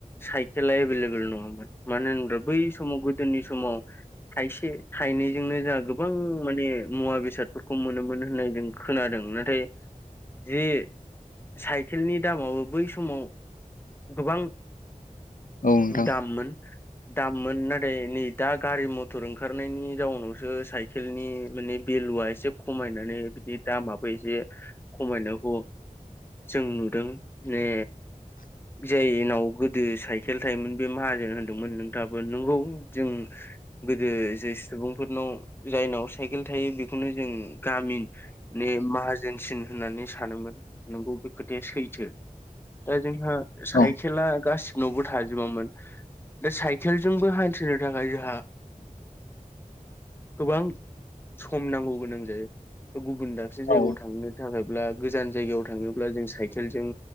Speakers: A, on the left; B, on the left.
A: साइकेला एभेलेबल नङामोन मानो होनोब्ला बै समाव गोदोनि समाव थाइसे थाइनैजोंनो जोंहा गोबां माने। मुवा बेसादफोरखौ मोनोमोन होननाय जों खोनादों नाथाय जे साइकेलनि दामावो बै समाव। गोबां
B: औ नोंथां
A: दाममोन। दाममोन नाथाय नै दा गारि मथर ओंखारनायनि जाउनावसो साइकेलनि माने। बेेलुआ एसे खमायनानै बिनि दामाबो एसे खमायनांगौ जों नुदों ने जायनाव गोदो साइकेल थायोमोन बे माहाजोन होनदोंमोन नोंथाङाबो नोंगौ जों। गोदो जे सुबुंफोरनाव जायनाव साइकेल थायो बेखौनो जों गामि मने माहाजोनसिन होननानै सानोमोन नोंगौ बे खोथाया सैथो। दा जोंहा साइखेला
B: औ
A: गाससिबो। न'बो थाजोबामोन दा साइकेलजोंबो हान्थिनो थाखाय जोंहा। गोबां सम नांगौ गोनां जायो गुबुन दाबसे जायगायाव
B: औ
A: थांनो। थाखायब्ला गोजान जायगायाव थाङोब्ला जों साइकेलजों।